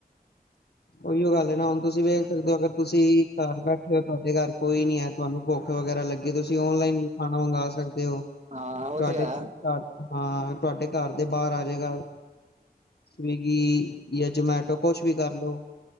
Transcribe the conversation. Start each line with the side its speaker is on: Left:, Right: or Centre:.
Left: ਉਹੀਓ ਗੱਲ ਨਾ ਹੁਣ ਤੁਸੀਂ ਵੇਖ ਸਕਦੇ ਹੋ ਅਗਰ ਤੁਸੀਂ ਘਰ ਬੈਠੇ ਹੋ ਤੁਹਾਡੇ ਘਰ ਕੋਈ ਨੀ ਹੈ ਤੁਹਾਨੂੰ ਭੁੱਖ ਵਗੈਰਾ ਲੱਗੇ ਤੁਸੀਂ ਆਨਲਾਈਨ ਵੀ ਖਾਣਾ ਮੰਗਵਾ ਸਕਦੇ ਹੋ।
Right: ਹਾਂ ਉਹ
Left: ਤੁਹਾਡੇ
Right: ਤੋ ਹੈ।
Left: ਘਰ ਹਾਂ ਤੁਹਾਡੇ ਘਰ ਦੇ ਬਾਹਰ ਆ ਜਾਏਗਾ ਸਵੀਗੀ ਜਾਂ ਜਮੈਟੋ? ਕੁਛ ਵੀ ਕਰਲਓ